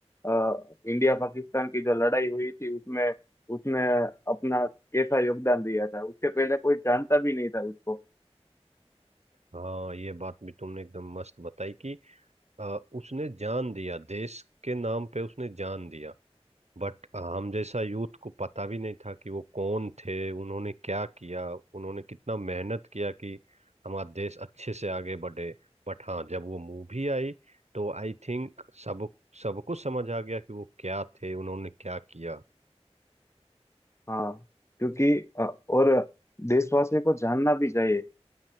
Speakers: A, on the left; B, on the right.
A: अ, इंडिया पाकिस्तान की जो लड़ाई हुई थी उसमें उसने अपना कैसा योगदान दिया था उसके पहले कोई जानता भी नहीं था उसको
B: हाँ ये बात भी तुमने एकदम मस्त बताई कि आ, उसने जान दिया देश के नाम पे उसने जान दिया बट हम जैसा यूथ को पता भी नहीं था कि वो कौन थे उन्होंने क्या किया उन्होंने कितना मेहनत किया कि हमारा देश अच्छे से आगे बढ़े बट हाँ जब वो मूवी आई तो आई थिंक सब सबको समझ आ गया कि वो क्या थे उन्होंने क्या किया
A: हाँ क्योंकि अ, और देशवासियों को जानना भी चाहिए